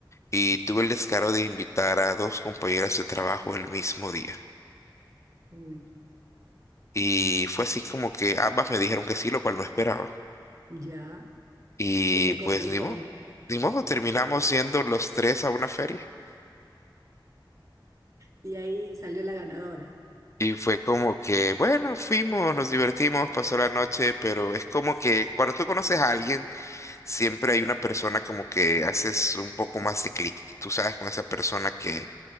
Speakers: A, on the left; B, on the right.
A: y tuve el descaro de invitar a dos compañeras de trabajo el mismo día.
B: uy,
A: Y fue así como que ambas me dijeron que sí, lo cual no esperaba.
B: ya.
A: Y
B: Se te complicó.
A: pues ni modo, ni modo, terminamos yendo los tres a una feria.
B: Y ahí salió la ganadora,
A: Y fue como que, bueno, fuimos, nos divertimos, pasó la noche, pero es como que cuando tú conoces a alguien, siempre hay una persona como que haces un poco más de clic, tú sabes, con esa persona que,